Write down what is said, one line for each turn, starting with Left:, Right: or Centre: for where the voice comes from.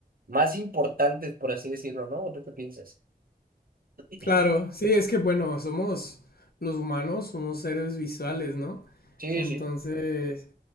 Right: más importantes, por así decirlo, ¿no? ¿O tú qué piensas? <clears throat>
Left: Claro, sí, es que bueno, somos los humanos, somos seres visuales, ¿no?
Right: Sí,
Left: Entonces,
Right: sí,